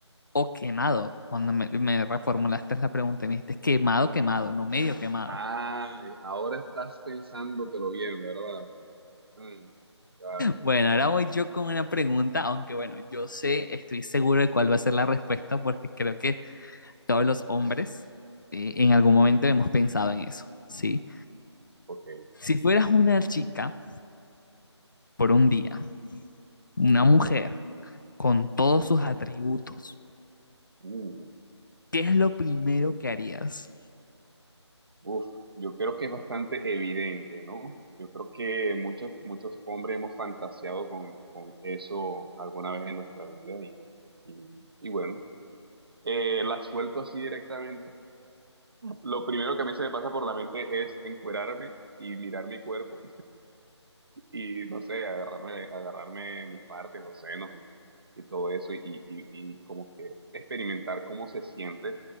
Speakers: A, on the left (about 45°); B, on the right (about 55°).
A: o quemado. Cuando me, me reformulaste la pregunta, me dijiste quemado, quemado, no medio quemado.
B: Ah, ahora estás pensándotelo bien, ¿verdad? Mm, claro, claro.
A: Bueno, ahora voy yo con una pregunta, aunque bueno, yo sé, estoy seguro de cuál va a ser la respuesta, porque creo que todos los hombres eh, en algún momento hemos pensado en eso, ¿sí?
B: Ok.
A: Si fueras una chica por un día, una mujer
B: Oh,
A: con todos
B: oh,
A: sus atributos
B: uh.
A: ¿qué es lo primero que harías?
B: Uf, yo creo que es bastante evidente, ¿no? Yo creo que muchos, muchos hombres hemos fantaseado con, con eso alguna vez en nuestra vida y, y, y bueno, eh, la suelto así directamente. Lo primero que a mí se me pasa por la mente es encuerarme y mirar mi cuerpo y, no sé, agarrarme, agarrarme mis partes, los senos y, y todo eso y, y, y y como que experimentar cómo se siente,